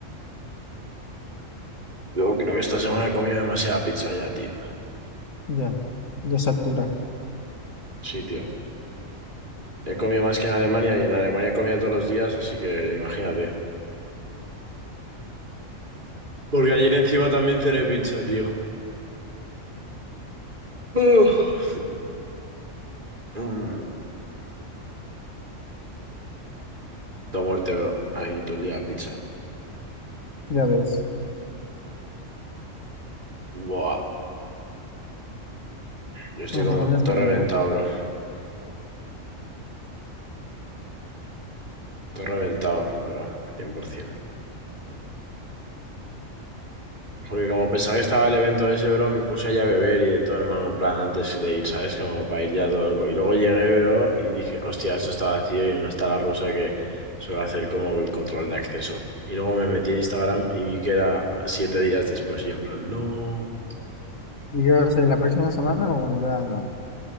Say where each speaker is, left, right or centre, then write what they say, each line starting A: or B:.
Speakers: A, on the right; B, on the left.
A: yo creo que esta semana he comido demasiada pizza ya, tío.
B: Ya, ya satura.
A: Sí, tío. He comido más que en Alemania y en Alemania he comido todos los días, así que imagínate. Porque ayer encima también cené pizza, tío. Uf. Mm, toda muerte, bro. Ahí todo el día pizza.
B: Ya ves,
A: Buah. Yo estoy
B: al
A: como
B: final les
A: todo
B: combina.
A: reventado, bro. Todo reventado, bro. 100%. Porque como pensaba que estaba el evento ese, bro, me puse allá a beber y de todo, hermano, en plan antes de ir, ¿sabes? Como para ir ya todo loco. Y luego llegué, bro, y dije, hostia, esto está vacío y no está la rusa que suele hacer como el control de acceso. Y luego me metí en Instagram y vi que era siete días después. Y yo en plan, no.
B: ¿Y qué va a ser la próxima semana o ya no?